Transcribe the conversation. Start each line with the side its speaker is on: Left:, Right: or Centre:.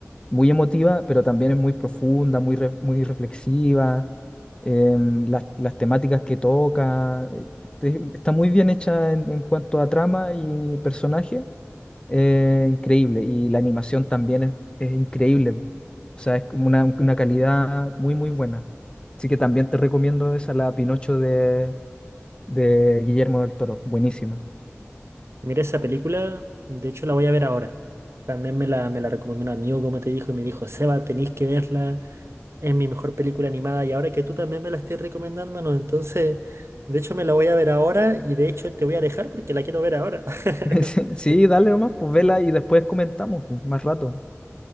Left: muy emotiva, pero también es muy profunda, muy, re- muy reflexiva. em, las, las temáticas que toca, eh, te- está muy bien hecha en, en cuanto a trama y personaje, eh, increíble. Y la animación también es, es increíble. O sea, es como una, una calidad muy, muy buena. Así que también te recomiendo esa, la Pinocho de, de Guillermo del Toro. Buenísima.
Right: Mira esa película, de hecho la voy a ver ahora. También me la, me la recomendó un amigo, como te dijo, y me dijo, Seba, tenéis que verla. Es mi mejor película animada y ahora que tú también me la estés recomendando, no, entonces, de hecho me la voy a ver ahora y de hecho te voy a dejar porque la quiero ver ahora.
Left: <laughs>
Right: <laughs>
Left: Sí, sí dale nomás, pues vela y después comentamos pues, más rato.